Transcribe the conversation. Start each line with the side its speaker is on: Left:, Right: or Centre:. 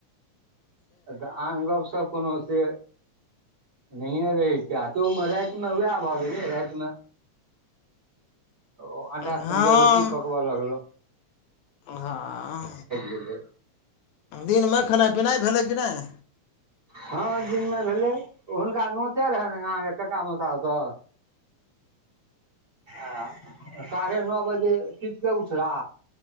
Right: तऽ आन गपशप कोनो से नहिए रहैत छैय। त ओहिमे राति मे वएह भऽ गेलै रातिमे। ओ आटा
Left: हँ
Right: सनिके रोटी पकबऽ लगलो।
Left: हाँ
Right: गेलै
Left: दिनमे खेनाइ-पिनाइ भेलै कि नहि?
Right: हाँ दिनमे भेलै हुनका नोते रहनि अहाँके कक्का मसा स अ साढ़े नो बजे सुटके उठला।